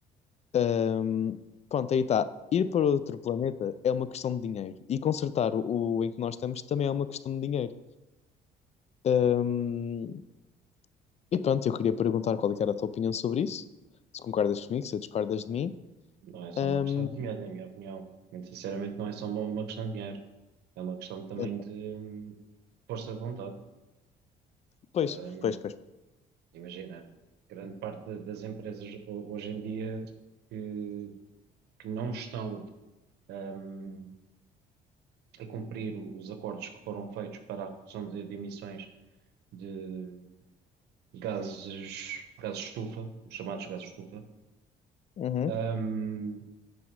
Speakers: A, on the left; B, on the right.
A: Ahm, pronto, aí está. Ir para outro planeta é uma questão de dinheiro. E consertar o, o em que nós estamos também é uma questão de dinheiro. Ahm, e pronto, eu queria perguntar qual é que era a tua opinião sobre isso. Se concordas comigo, se discordas de mim.
B: Não é só
A: Ahm,
B: uma questão de dinheiro, na minha opinião. Muito sinceramente, não é só uma, uma questão de dinheiro. É uma questão também
A: então,
B: de hum, força de vontade.
A: pois,
B: Hum,
A: pois, pois.
B: imagina, grande parte das empresas ho- hoje em dia que, que não estão hum, a cumprir o- os acordos que foram feitos para a redução de, de emissões de gases, gases estufa, os chamados gases estufa.
A: Uhum.
B: hum,